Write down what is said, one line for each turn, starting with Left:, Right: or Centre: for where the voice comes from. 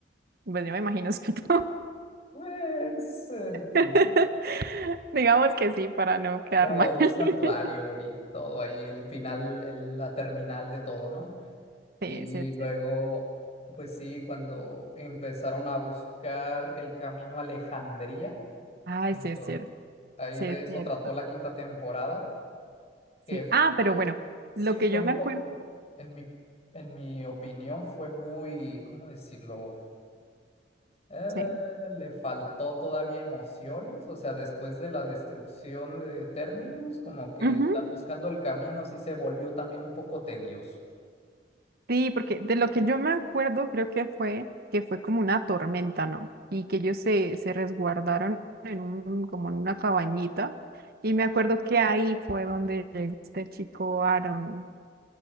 Right: Pues yo me imagino, ¿cierto?
Left: pues eh, sí.
Right: <laughs> Digamos que sí, para no quedar
Left: Era
Right: mal.
Left: un
Right: <laughs>
Left: santuario y todo ahí, el final, el- la terminal de todo, ¿no? Y
Right: Sí, sí es
Left: luego,
Right: cierto.
Left: pues sí, cuando empezaron a buscar el camino a Alejandría,
Right: Ay,
Left: eso,
Right: sí es cierto.
Left: ahí
Right: Sí
Left: de
Right: es
Left: eso
Right: cierto.
Left: trató la quinta temporada, que
Right: Sí. Ah,
Left: fue
Right: pero bueno,
Left: Sí,
Right: lo que
Left: fue
Right: yo
Left: un
Right: me
Left: poco,
Right: acuerdo,
Left: en mi, en mi opinión fue muy, ¿cómo decirlo? Eh,
Right: sí.
Left: le faltó todavía emociones, o sea, después de la destrucción de Terminus, como que
Right: Ujú.
Left: estar buscando el camino sí se volvió también un poco tedioso.
Right: Sí, porque de lo que yo me acuerdo creo que fue que fue como una tormenta, ¿no? Y que ellos se, se resguardaron en un, como en una cabañita. Y me acuerdo que ahí fue donde llegó este chico Aaron